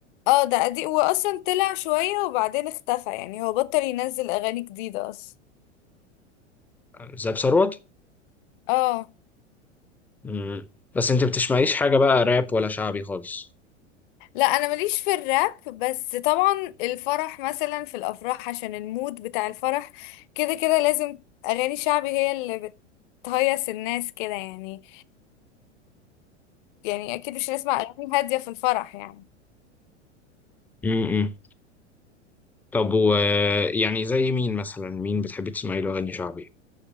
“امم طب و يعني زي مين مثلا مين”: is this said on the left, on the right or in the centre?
Centre